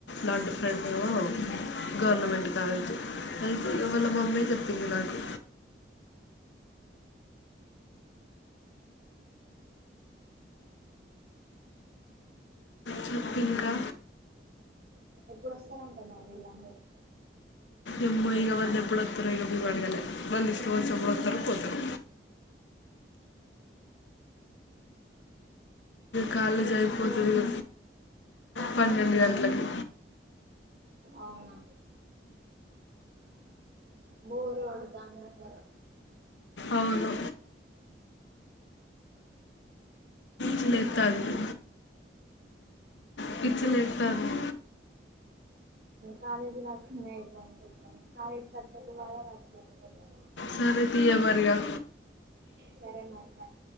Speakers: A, on the left (about 80°); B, on the right (about 60°).
A: లడ్డు ఫ్రెండ్
B: ఆహా
A: ఏమో గవర్నమెంట్ కాలేజ్ అయితే వాళ్ళ మమ్మే చెప్పింది నాకు చెప్పు ఇంకా
B: ఎప్పుడు వస్తారంట మరి వీళ్ళందరు
A: ఎమో ఇగ వాళ్ళు ఎప్పుడోస్తారో ఇగ మేము అడగాలే వాళ్ళు ఇష్టం వచ్చినప్పుడు వస్తారు పోతారు కాలేజీ అయిపోతుంది
B: బో
A: పన్నెండు
B: మ్మ్
A: గంటలకి
B: అవునా బొరుగోడుతంది అసలు
A: అవును పిలుత్తంది పిచ్చి లేత్తంది
B: కాలేజ్ రాకున్నా అయిపోవు అనిపిత్తంది కాలేజ్కి వత్తే ఒక బాధ రాకపోతే ఒక బాధ
A: సరే తీయ మరిగా
B: సరే మరి బాయ్